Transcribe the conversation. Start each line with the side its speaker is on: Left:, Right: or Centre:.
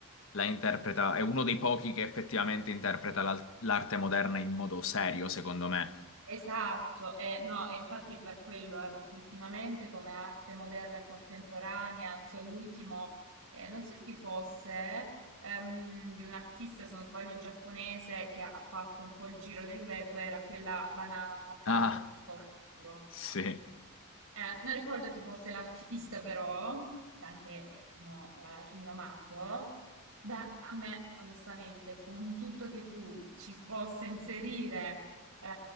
Left: la interpreta, è uno dei pochi che effettivamente interpreta l'al- l'arte moderna in modo serio, secondo me.
Right: Esatto, eh, no, e infatti è per quello, eh, perché ultimamente come arte moderna e contemporanea, non so, l'ultimo, eh, non so di chi fosse, ehm, di un artista, se non sbaglio, giapponese che ha fatto un po' il giro del web, era quella banana attaccata
Left: Ah,
Right: con uno scotch al muro.
Left: sì.
Right: Eh, non ricordo chi fosse l'artista, però, che anche no, eh, rinomato. Beh, a me, onestamente, con tutto che tu ci possa inserire eh,